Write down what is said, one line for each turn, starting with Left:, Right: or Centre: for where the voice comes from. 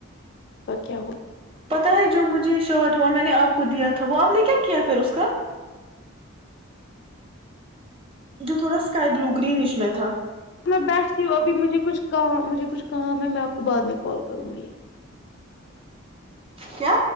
Left: کیا ہو
Right: پتا ہے جو مجھے شارٹ ہوا میں نے آپ کو دیا تھا وہ آپ نے کیا کیا پھر اس کا جو تھوڑا اسکائی بلو گرین اسش میں تھا
Left: میں بیٹھتی ہوں ابھی مجھے کچھ کام مجھے کچھ کام ہے میں آپ کو بعد میں کال کروں گی
Right: کیا